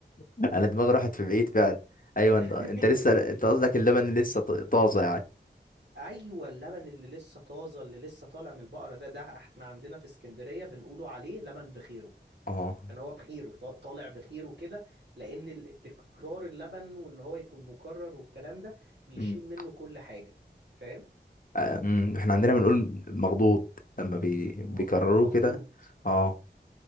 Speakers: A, on the left (about 50°); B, on the right (about 70°).
A: <laughs> انا دماغي راحت في بعيد فعلا ايوه
B: <laughs>
A: انت انت لسه انت قصدك اللبن لسه ط- طازه يعني
B: <applause> ايوه اللبن اللي لسه طازه اللي لسه طالع من البقره ده ده احنا عندنا في اسكندريه بنقولوا عليه لبن بخيره
A: اه
B: كان هو بخيره ط- طالع بخيره كده لان ال- تكرار اللبن وان هو يكون مكرر والكلام ده بيشيل
A: مم.
B: منه كل حاجه فاهم
A: امم احنا عندنا بنقول مخضوض لما بي...
B: مغ-
A: بيكرروه
B: مخدود
A: كده اه